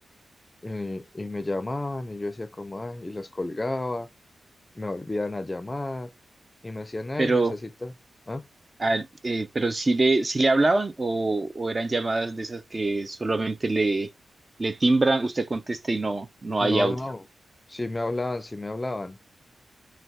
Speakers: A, on the left; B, on the right.
A: Y, y me llamaban y yo decía como, "Ay", y los colgaba, me volvían a llamar y me decían, ay,
B: pero,
A: necesita, ¿ah?
B: ah, eh, pero si le, si le hablaban o, o eran llamadas de esas que solamente le, le timbran, usted contesta y no, no
A: No,
B: hay audio.
A: no, sí me hablaban, sí me hablaban.